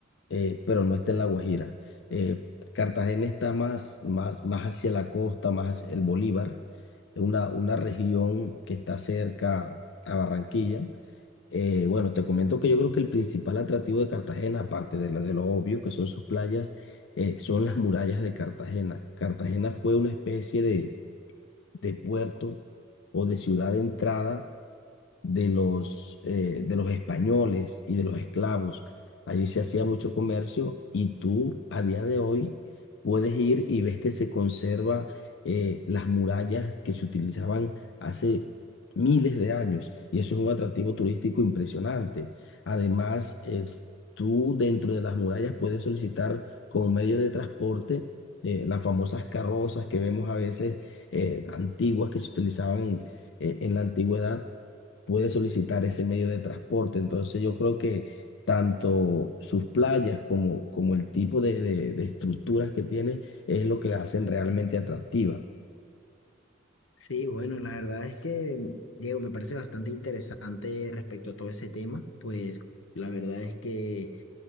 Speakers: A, on the left; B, on the left.
A: eh, pero no está en La Guajira. Eh, Cartagena está más, más, más hacia la costa, más hacia el Bolívar, es una, una región que está cerca a Barranquilla. Eh, bueno, te comento que yo creo que el principal atractivo de Cartagena, aparte de lo, de lo obvio que son sus playas, eh, son las murallas de Cartagena. Cartagena fue una especie de, de puerto o de ciudad de entrada de los, eh, de los españoles y de los esclavos. Allí se hacía mucho comercio y tú a día de hoy puedes ir y ves que se conserva eh, las murallas que se utilizaban hace miles de años y eso es un atractivo turístico impresionante. Además, eh, tú dentro de las murallas puedes solicitar como medio de transporte. eh, las famosas carrozas que vemos a veces eh, antiguas que se utilizaban en eh, en la antigüedad puede solicitar ese medio de transporte. Entonces yo creo que tanto sus playas como, como el tipo de, de- de estructuras que tiene es lo que la hacen realmente atractiva.
B: Sí, bueno, la verdad es que, Diego, me parece bastante interesante respecto a todo ese tema, pues la verdad es que